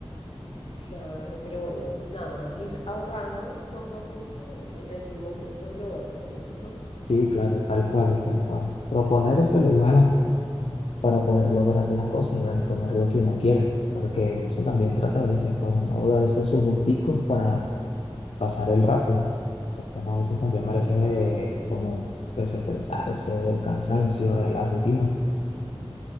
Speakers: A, on the left (about 65°); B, on the left (about 80°).
A: Claro, pero bueno, nada, ir ahorrando poco a poco y en algún momento lo vas a tener. <laughs>
B: Sí, claro, tal cual, tal cual. Proponérselo y bueno, para poder lograr las cosas y bueno, tener lo que uno quiere, porque eso también trata a veces, pues uno debe darse sus gusticos para pasar el rato, porque uno a veces también merece
A: Claro,
B: eh, como desestresarse del cansancio, de la rutina.